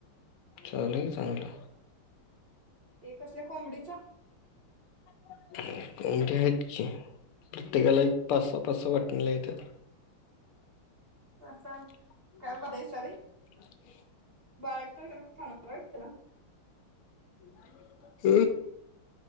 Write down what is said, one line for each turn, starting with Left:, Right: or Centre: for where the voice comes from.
Left: चालू आहे की चांगलं
Right: ते कसल्या कोबडीचा
Left: <unintelligible> आहेत की तिघाला एक पासा पासा वाटणीला येतात.
Right: <unintelligible>
Left: <unintelligible>
Right: काय बारा सारे <unintelligible>
Left: <unintelligible>